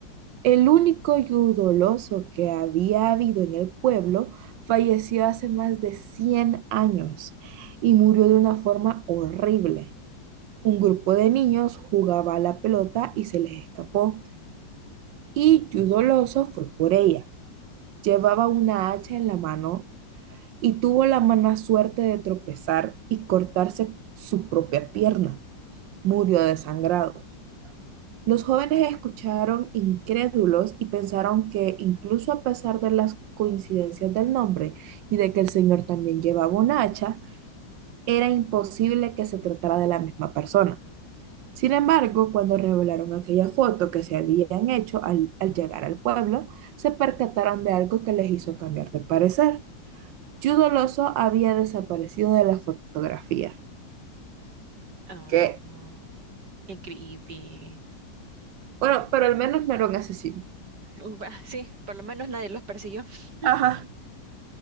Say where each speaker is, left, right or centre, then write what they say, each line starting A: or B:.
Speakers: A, on the right (about 85°); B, on the right (about 65°).
A: El único Yudoloso que había habido en el pueblo falleció hace más de 100 años y murió de una forma horrible. Un grupo de niños jugaba a la pelota y se les escapó, y Yudoloso fue por ella. Llevaba una hacha en la mano y tuvo la mala suerte de tropezar y cortarse su propia pierna. Murió desangrado. Los jóvenes escucharon incrédulos y pensaron que incluso a pesar de las coincidencias del nombre y de que el señor también llevaba un hacha, era imposible que se tratara de la misma persona. Sin embargo, cuando revelaron aquella foto que se habían hecho al, al llegar al pueblo, se percataron de algo que les hizo cambiar de parecer. Judo Loso había desaparecido de la fotografía.
B: Ah,
A: ¿Qué?
B: no. Qué creepy. <laughs>
A: bueno, pero al menos no era un asesino.
B: Uh, ah, Sí, por lo menos nadie los persiguió.
A: Ajá.
B: <laughs>